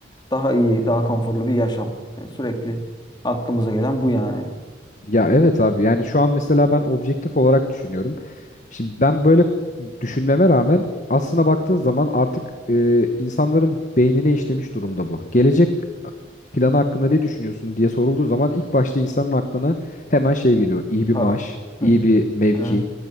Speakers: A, on the left; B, on the left.
A: daha iyi, daha konforlu bir yaşam. Yani sürekli aklımıza gelen bu yani.
B: Ya evet abi yani şu an mesela ben objektif olarak düşünüyorum. Şimdi ben böyle düşünmeme rağmen aslına baktığın zaman artık e, insanların beynine işlemiş durumda bu. Gelecek planı hakkında ne düşünüyorsun diye sorulduğu zaman ilk başta insanın aklına hemen şey geliyor. İyi bir
A: Para.
B: maaş, iyi
A: Hı.
B: bir mevki.
A: Evet,